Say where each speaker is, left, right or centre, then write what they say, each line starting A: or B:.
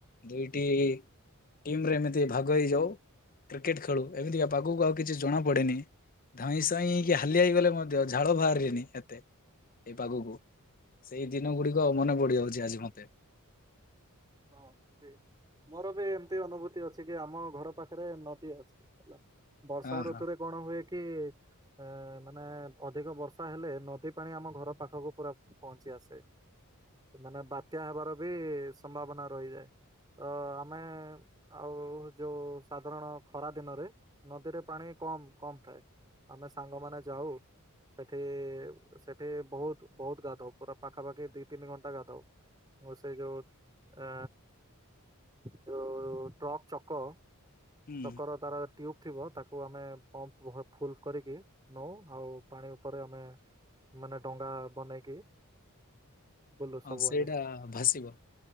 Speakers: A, on the left; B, on the right.
A: ଦୁଇଠି। ଟିମ୍ ରେ ଏମିତି ଭାଗ ହେଇଯାଉ କ୍ରିକେଟ୍ ଖେଳୁ ଏମିତିକା ପାଗକୁ ଆଉ କିଛି ଜଣାପଡେନି। ଧଇଁ ସଇଁ ଇକି ହାଲିଆଇ ଗଲେ ମଧ୍ୟ ଝାଳ ବାହାରେନି ଏତେ। ଏଇ ପାଗକୁ ସେଇ ଦିନ ଗୁଡିକ ମନେ ପଡିଯାଉଛି ଆଜି ମତେ।
B: ହଁ ଠିକ୍। ମୋର ବି ଏମିତି ଅନୁଭୂତି ଅଛି କି ଆମ ଘର ପାଖରେ ନଦୀ ଅଛି ହେଲା। ବର୍ଷା
A: ହଁ
B: ଋତୁରେ
A: ହଁ
B: କଣ ହୁଏ କି ଏ ମାନେ ଅଧିକ ବର୍ଷା ହେଲେ ନଦୀ ପାଣି ଆମ ଘର ପାଖକୁ ପୁରା ପହଞ୍ଚି ଆସେ। ମାନେ ବାତ୍ୟା ହେବାର ବି ସମ୍ଭାବନା ରହିଯାଏ। ତ ଆମେ ଆଉ ଯୋଉଁ ସାଧାରଣ ଖରା ଦିନରେ। ନଦୀରେ ପାଣି କମ୍ କମ୍ ଥାଏ, ଆମେ ସାଙ୍ଗମାନେ ଯାଉ। ସେଠି ସେଠି ବହୁତ୍ ବହୁତ୍ ଗାଧଉ। ପୁରା ପାଖାପାଖି ଦି ତିନି ଘଣ୍ଟା ଗାଥାଉ ଓ ସେ ଯୋଉ ଅ ଯୋଉ ଟ୍ରକ୍ ଚକ
A: ହୁଁ
B: ଚକର ତାର ଟ୍ୟୁବ୍ ଥିବ ତାକୁ ଆମେ ପମ୍ପ୍ ଫୁଲ୍ କରିକି ନଉ ଆଉ ପାଣି ଉପରେ ଆମେ। ମାନେ ଡଙ୍ଗା ବନେଇକି ବୁଲୁ
A: ହଁ
B: ସବୁଆଡେ।
A: ସେଇଟା ଭାସିବ।